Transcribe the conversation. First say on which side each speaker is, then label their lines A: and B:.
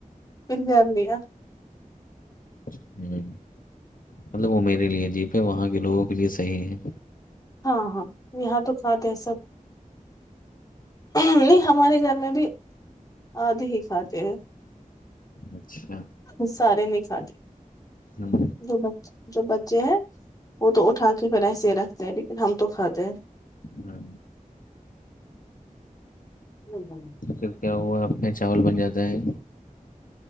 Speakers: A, on the left; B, on the left.
A: پھر دھیان دیا
B: ہوں مطلب وہ میرے لیے عجیب ہے وہاں کے لوگوں کے لیے صحیح ہے
A: ہاں ہاں یہاں تو کھاتے ہیں سب نہیں ہمارے گھر میں بھی ادھے ہے کھاتے ہیں
B: اچھا
A: ہم سارے نہیں کھاتے
B: ہاں
A: جو جو بچے ہیں وہ تو اٹھا کے پھر ایسے ہی رکھتے ہیں لیکن ہم تو کھاتے ہیں
B: ہاں
A: ہو
B: پھر کیا ہوا آپ کے یہاں چاول بن جاتا ہے